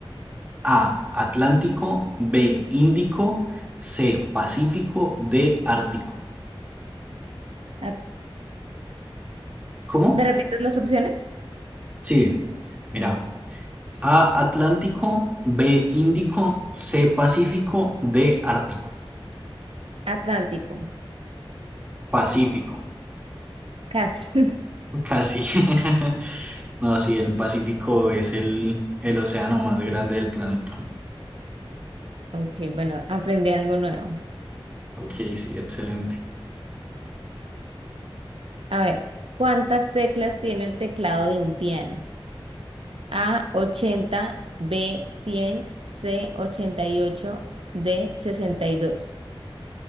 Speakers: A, on the right (about 15°); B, on the right (about 80°).
A: A, Atlántico, B, Índico, C, Pacífico, D, Ártico.
B: Ah,
A: ¿Cómo?
B: ¿Me repites las opciones?
A: Sí, mira, A, Atlántico, B, Índico, C, Pacífico, D, Ártico.
B: Atlántico,
A: Pacífico,
B: casi. <laughs>
A: casi. <laughs> No, sí, el Pacífico es el, el océano más grande del planeta.
B: Ok, bueno, aprendí algo nuevo.
A: Ok, sí, excelente.
B: A ver, ¿cuántas teclas tiene el teclado de un piano? A, 80, B, 100, C, 88, D, 62.